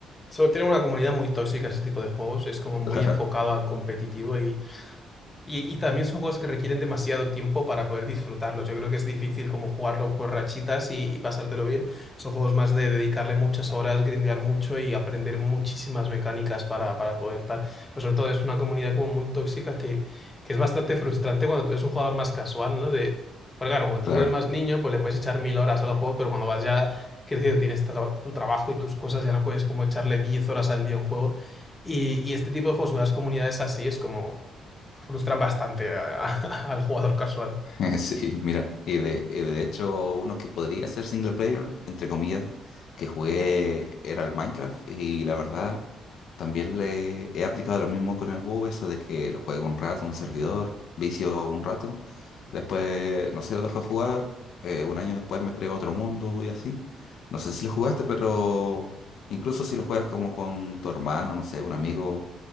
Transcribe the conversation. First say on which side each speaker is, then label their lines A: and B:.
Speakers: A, on the left; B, on the left.
A: Sobre, tiene una comunidad muy tóxica ese tipo de juegos. Es como muy
B: <laughs>
A: enfocado
B: claro,
A: al competitivo Y, y también son juegos que requieren demasiado tiempo para poder disfrutarlos. Yo creo que es difícil como jugarlo por rachitas y, y pasártelo bien. Son juegos más de dedicarle muchas horas, grindear mucho y aprender muchísimas mecánicas para, para poder tal. Pero sobre todo es una comunidad como muy tóxica que, que es bastante frustrante cuando tú eres un jugador más casual, ¿no? De, porque claro, cuando
B: claro.
A: tú eres más niño, pues le puedes echar mil horas a los juegos, pero cuando vas ya crecido, tienes tra- tu trabajo y tus cosas, ya no puedes como echarle 10 horas al día a un juego. Y, y este tipo de juegos, las comunidades así, es como... Frustran bastante a- <laughs> al jugador casual.
B: <laughs> Sí, mira, y de, y de hecho uno que podría ser single player, entre comillas, que jugué era el Minecraft y la verdad también le he aplicado lo mismo con el WoW, eso de que lo juego un rato, un servidor, vicio un rato, después, no sé, lo dejo de jugar, eh, un año después me creo otro mundo y así. No sé si lo jugaste, pero incluso si lo juegas como con tu hermano, no sé, un amigo,